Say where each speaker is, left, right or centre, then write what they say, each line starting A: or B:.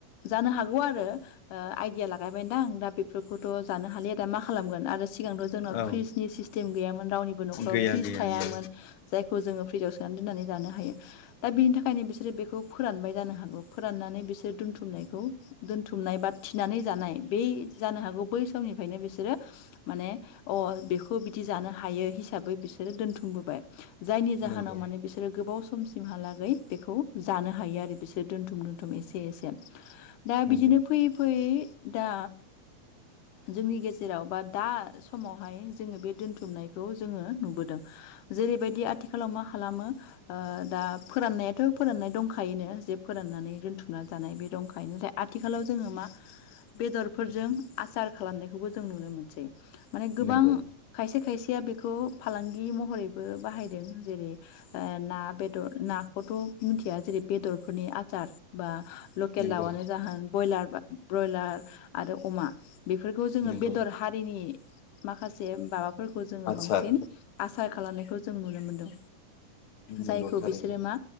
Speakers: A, on the left; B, on the left.
A: जानो हागौ आरो आइदिया लागायबायदां दा बेफोरखौथ' जानो हालिया दा मा खालामगोन आरो सिगां जोंनाव
B: औ
A: फ्रिजनि सिस्टेम गैयामोन रावनिबो न'खराव
B: गैया
A: फ्रिज
B: गैया
A: थायामोन
B: गैया
A: जायखौ जोङो फ्रिजाव सोनानै दोननानै जानो हायो दा बिनि थाखायनो बिसोरो बेखौ फोरानबाय जानो हागौ फोराननानै बिसोरो दोनथुमनायखौ दोनथुमनाय बा थिनानै जानाय बे जानो हागौ बै समनिफ्रायनो बिसोरो माने अ बेखौ बिदि जानो हायो हिसाबै बिसोरो दोन्थुमबोबाय जायनि जाहोनाव
B: नंगौ
A: माने बिसोरो गोबाव सम समसिमहालागै बेखौ जानो हायो आरो बिसोर दोनथुम दोनथुम एसे एसे दा
B: नंगौ
A: बिदिनो फैयै फैयै दा जोंनि गेजेराव बा दा समावहाय जोङो बे दोनथुमनायखौ जोङो नुबोदों जेरैबायदि आथिखालाव मा खालामो दा फोराननायाथ' फोराननाय दंखायोनो जे फोराननानै दोनथुमना जानाय बे दंखायो दा आथिखालाव जोङो मा बेदरफोरजों आसार खालामनायखौबो जों नुनो मोनसै माने गोबां
B: नंगौ
A: खायसे खायसेया बेखौ फालांगि महरै बो बाहायदों जेरै ओ ना बेदर नाखौथ' मिथिया जेरै बेदरफोरनि आसार बा लकेल
B: नंगौ
A: दाउआनो जाहोन बयलार बा ब्रयलार आरो अमा बेफोरखौ जोङो
B: नंगौ
A: बेदर हारिनि माखासे माबाफोरखौ जोङो
B: आसार
A: बांसिन आसार खालामनाय जों नुनो मोनदों जायखौ
B: नंगौ थारैनो
A: बिसोरो मा